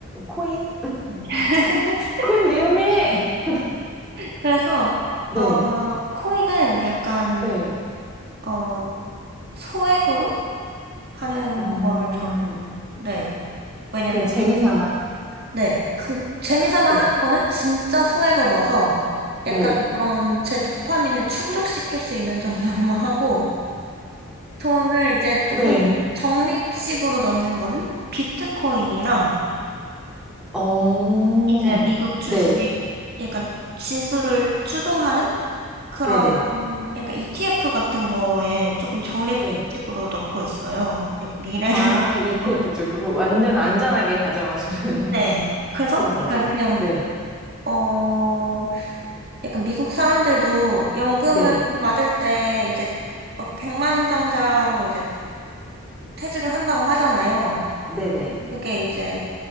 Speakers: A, in the centre; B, on the right.
A: 코인?
B: 네. <laughs>
A: 코인 위험해!
B: 그래서,
A: <laughs> 네.
B: 어, 코인은 약간,
A: 네.
B: 어, 소액으로 하는
A: 어,
B: 거를 저는, 네. 왜냐면,
A: 그냥 재미 삼아.
B: 네, 그 재미삼아
A: 네.
B: 하는 거는 진짜 소액을 넣어서
A: 네.
B: 약간 그런 제 도파민을 충족시킬 수 있는 정도로만 <laughs> 하고 돈을 이제 조금
A: 네.
B: 적립식으로 넣는 건 비트코인이랑
A: 어,
B: 이제 미국 주식
A: 네.
B: 약간 지수를 추종하는 그런
A: 네네.
B: 약간 ETF 같은 거에 조금 적립식으로
A: 네.
B: 넣고 있어요. 약간 미래를.
A: 아, ETF
B: <laughs> 위해서.
A: 쪽으로 완전 안전하게
B: 네.
A: 가져가주는
B: 네.
A: <laughs>
B: 그래서
A: 그런 거죠.
B: 약간 그냥
A: 네.
B: 어 약간 미국 사람들도 연금을
A: 네.
B: 받을 때 이제 막 백만장자로 이제 퇴직을 한다고 하잖아요.
A: 네네.
B: 그게 이제